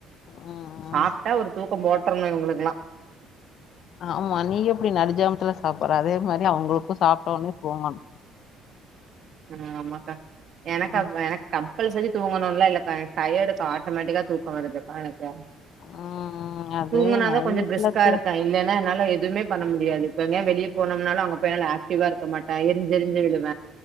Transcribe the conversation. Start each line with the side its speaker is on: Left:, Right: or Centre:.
Left: ம்
Right: சாப்ட்டா
Left: ம்
Right: ஒரு தூக்கம் போட்றனு இவ ங்ளுக்ளா
Left: ஆமா நீ எப்புடி நடுஜாமத்துல சாப்புடற அதே மாரி அவுங்களுக்கு சாப்ட்ட உனே தூங்கணு
Right: அ ஆமாக்க எனக்காவ்
Left: ம்
Right: எனக்கம் கம்பல்சரி தூங்கணுன்லா இல்லக்கா எனக்கு டயடுக்கா ஆட்டோமேட்டிக்கா தூக்க வருதுக்கா எனக்கு
Left: ம் அது
Right: தூங்குனாதா
Left: நைட்ல
Right: கொஞ்ச பிரிஸ்க்கா
Left: தூ
Right: இருப்பே இல்லைன்னா என்னால எதுமே பண்ண முடியாது இப்ப எங்கயாது வெளிய போனோம்னாலு அங்க போய் என்னால ஆக்டிவா இருக்க மாட்டே எரிஞ்சு எரிஞ்சு விழுவ